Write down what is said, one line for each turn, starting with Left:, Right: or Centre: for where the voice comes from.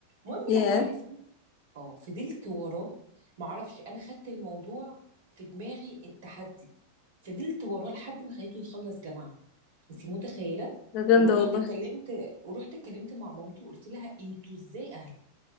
Right: المهم
Left: ياه
Right: لما عرفنا اه فضلت وراه معرفش أنا خدت الموضوع في دماغي تحدي فضلت وراه لحد ما خليته يخلص جامعة انت متخيله
Left: ده جامدة
Right: ورحت
Left: والله
Right: اتكلمت ورحت اتكلمت مع مامته قلت لها انتوا ازاي اهل